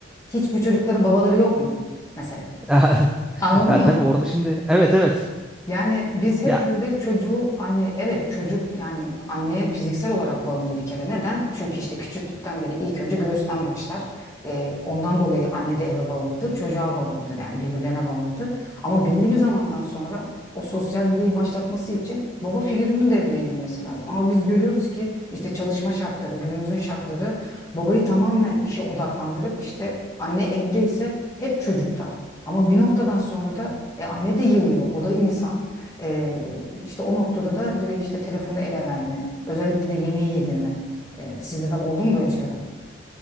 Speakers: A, on the left (about 15°); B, in the centre.
A: Hiç bu çocukların babaları yok mu? Mesela.
B: <laughs>
A: Anladın
B: Ya
A: mı?
B: tabii orada şimdi evet evet
A: Yani biz hep
B: Ya
A: böyle çocuğu anne evet çocuk yani anneye fiziksel olarak bağımlı bir kere. Neden? Çünkü işte küçüklükten beri ilk önce göğüsten başlar. Ee, ondan dolayı anne de eve bağımlıdır, çocuğa bağımlıdır yani birbirlerine bağımlıdır. Ama belli bir zamandan sonra o sosyalliği başlatması için baba figürünün devreye girmesi lazım. Ama biz görüyoruz ki işte çalışma şartları, günümüzün şartları babayı tamamen işe odaklandırıp işte anne evde ise hep çocukta. Ama bir noktadan sonra da e, anne de yılıyor. O da insan. E, işte o noktada da direkt işte telefonu ele verme. Özellikle de yemeği yedirme. E, sizde de oldu mu böyle şeyler?